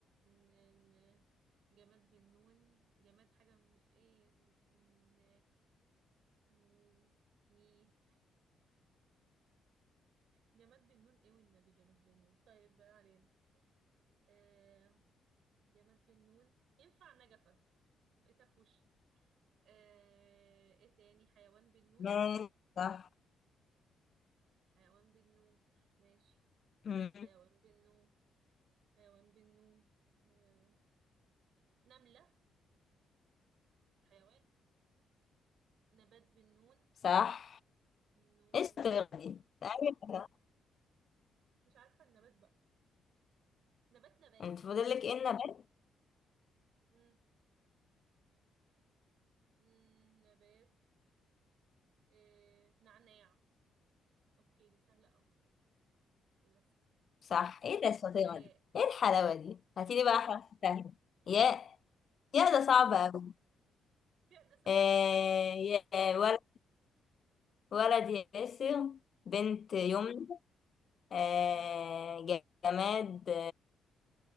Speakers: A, on the right (about 75°); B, on the left (about 50°).
A: ن- ن- جماد بالنون جماد حاجة من ايه ن... نو ني جماد بالنون ايه والنبي جماد بالنون طيب بقى علينا آم، جماد بالنون ينفع نجفة لقيتها في وشي آه، ايه تاني حيوان بالنون
B: ماشي، صح
A: حيوان بالنون ماشي
B: مم.
A: حيوان بالنون حيوان بالنون آه، نملة حيوان نبات بالنون
B: صح
A: نور
B: ايه الشطيرة دي؟ تعالي بقى.
A: مش عارفة النبات بقى نبات نبات
B: انت فاضلك
A: ما ينفعش
B: ايه النبات؟
A: مم. مم. نبات آه. نعناع اوكي دي سهلة اوي اوكي خلصت
B: صح ايه
A: استني
B: ده
A: بقى
B: الشطيرة
A: ياء
B: دي؟ ايه الحلاوة دي؟ هاتيلي بقى حرف سهل
A: ياء
B: يا يا ده صعب أوي
A: ياء ده سهل
B: آه
A: اوي والله
B: يا ولد ولد ياسر بنت يمنى آه
A: مم.
B: جماد